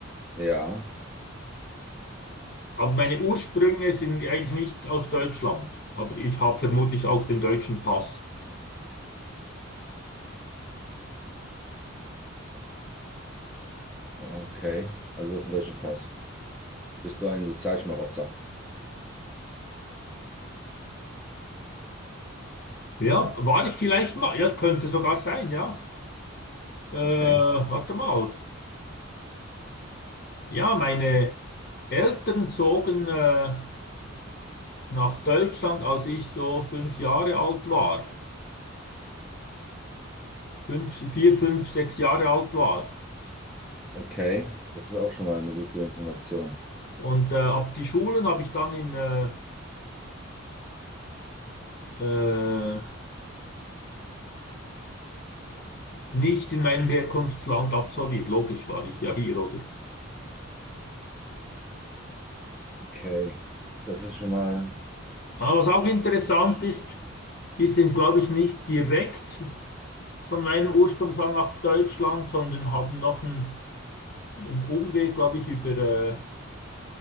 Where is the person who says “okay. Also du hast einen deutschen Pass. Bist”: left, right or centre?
Centre